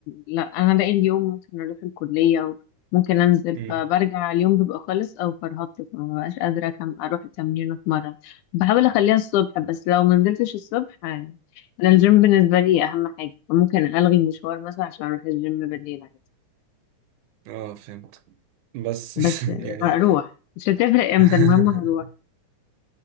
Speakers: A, on the left; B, on the right.
A: لا انا باقي اليوم ممكن اروح الكلية وممكن انزل
B: امم
A: فبرجع اليوم بيبقى خلص او فرهطت فما بقاش قادرة كم اروح التمرين واتمرن بحاول اخليها الصبح بس لو ما نزلتش الصبح انا الجيم بالنسبة لي اهم حاجة فممكن الغي مشوار مثلا عشان اروح الجيم بالليل عادي
B: اه فهمت بس
A: بس
B: <laughs> يعني
A: هروح مش هتفرق امتى
B: <laughs>
A: المهم هروح